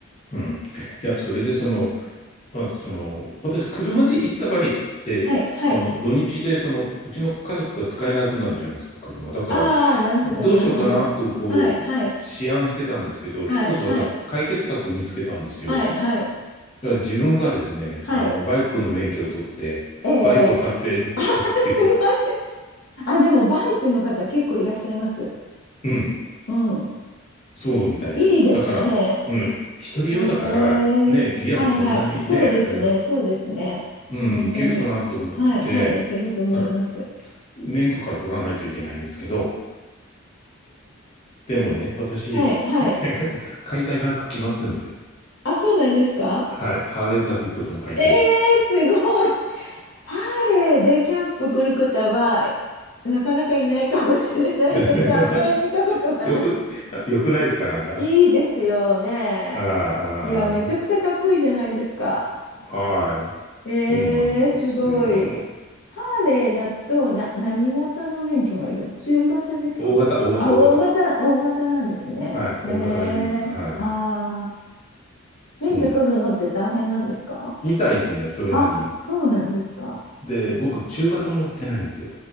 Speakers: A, on the left; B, on the left.
A: うん。いや、それでその、まあその、私、車で行った場合って、
B: はいはい。
A: その土日で、その、うちの家族が使えなくなるじゃないですか、車。だから、
B: ああ、なるほどなるほど。
A: どうしようかなと、こう、
B: はいはい
A: 思案してたんですけど、
B: はいはい
A: 一つ私、解決策を見つけたんですよ。
B: はいはい
A: だから自分がですね、
B: はい。
A: あの、バイクの免許を取って、
B: ええ
A: バイクを買ってじ行くっていうこと。
B: あー <laughs> すごい。<laughs> あ、でもバイクの方結構いらっしゃいます。
A: うん、
B: うん。
A: そうみたいですよ。
B: いいですね。
A: だから、うん、一人用だから、
B: えー、
A: ね、ギアもそんなにね、
B: はいはい。そうですね、
A: あれだ、
B: そうですね。
A: うん、
B: 本当に。
A: いけるかなと思ってて、
B: はいはい、いけると思います。
A: だから、免許から取らないといけないんですけど、でもね、私、
B: はいはい。
A: <laughs> 買いたいバイク決まってるんですよ。
B: あ、そうなんですか
A: はい。ハーレー・ダビッドソン買いたいんです。
B: えー、すごい。<laughs> ハーレーでキャンプ来る方は、なかなかいないかもしれないです。
A: <laughs>
B: あんまり見たことがない。
A: よく、なよくないですかなんか。
B: いいですよね。
A: ああ、
B: いや、めちゃくちゃかっこいいじゃないですか。
A: ああ、はい。
B: えー、
A: そうなんですよ。
B: すごい。ハーレーだとな、何型の免許がいる中型ですかあ、
A: 大型、大型、大型。
B: 大型、大型なんですね。
A: はい。大型がいります。
B: え
A: はい。
B: ー、あー、免許取るのって大変なんですか
A: そうなんですよ。見たいですね。それなりに。
B: あ、そうなんですか。
A: で、僕、中型も持ってないんですよ。